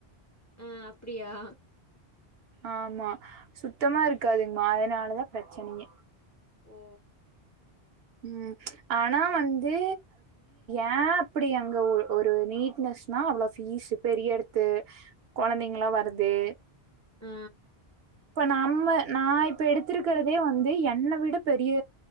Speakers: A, on the left; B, on the right.
A: அ அப்டியா
B: ஆமா சுத்தமா இருக்காதுங்கமா அதுனாலதா பிரச்சனயே
A: ஓ
B: ம் ஆனா வந்து ஏன் அப்டி அங்க ஒரு நீட்னஸ் நா அவ்ளோ பீஸ் பெரிய எடத்து கொழந்தைங்கலா வருது
A: ஆ
B: இப்ப நம்ம நா இப்ப எடுத்திருக்கிறதே வந்து என்ன விட பெரிய